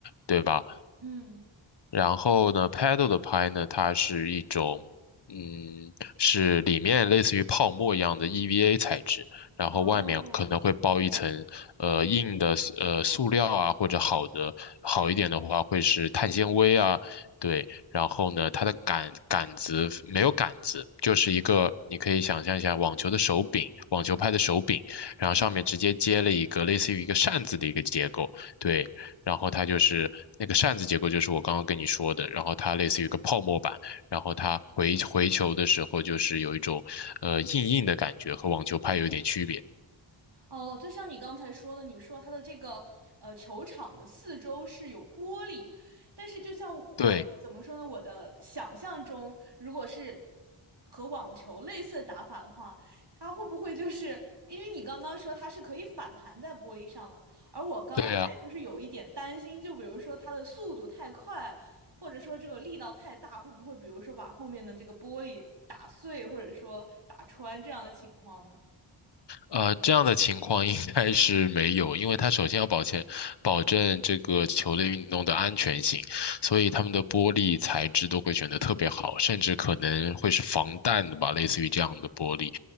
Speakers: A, on the left; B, on the right.
A: 对吧？
B: 嗯，
A: 然后呢，paddle 的拍呢，它是一种，嗯，是里面类似于泡沫一样的 EVA 材质，然后外面可能会包一层呃硬的呃塑料啊，
B: 哦，
A: 或者好的好一点的话会是碳纤维啊，对。然后呢，它的杆杆子没有杆子，就是一个你可以想象一下网球的手柄，网球拍的手柄，然后上面直接接了一个类似于一个扇子的一个结构，对。然后它就是那个扇子结构，就是我刚刚跟你说的，然后它类似于一个泡沫板，然后它回回球的时候就是有一种呃硬硬的感觉，和网球拍有一点区别。
B: 哦，就像你刚才说的，你说它的这个呃球场的四周是有玻璃，但是就像我怎么说呢，
A: 对
B: 我的想象中，如果是和网球类似的打法的话，它会不会就是因为你刚刚说它是可以反弹在玻璃上的，而我刚刚还就是有一点担心，
A: 对呀。
B: 就比如说它的速度太快，或者说这个力道太大，会不会比如说把后面的这个玻璃打碎，或者说打穿这样的情况呢？
A: 呃，这样的情况应该是没有，因为它首先要保证保证这个球类运动的安全性，所以他们的玻璃材质都会选得特别好，甚至可能会是防弹的吧，类似于这样的玻璃。